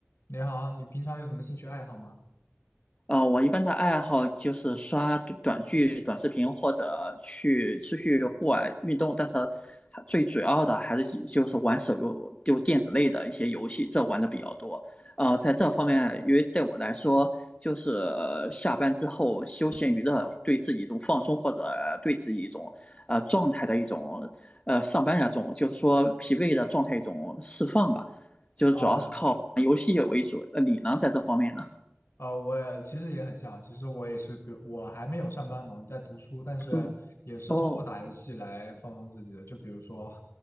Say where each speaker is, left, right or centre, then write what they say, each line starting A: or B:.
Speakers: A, on the left; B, on the left.
A: 你好，你平常有什么兴趣爱好吗？
B: 呃，我一般的爱好就是刷短短剧、短视频，或者去出去户外运动。但是还最主要的还是以就是玩手游，就电子类的一些游戏，这玩的比较多。呃，在这方面，因为对我来说，就是呃下班之后休闲娱乐，对自己一种放松，或者对自己一种呃状态的一种呃上班那种，就是说疲惫的状态一种释放吧。就是主要是看游戏为主。
A: 啊，
B: 呃，你呢，在这方面呢？
A: 呃，我也其实也很像，其实我也是，比如我还没有上班嘛，我在读书，但是也是通过打游戏来放松自己的。
B: 嗯，哦，
A: 就比如说，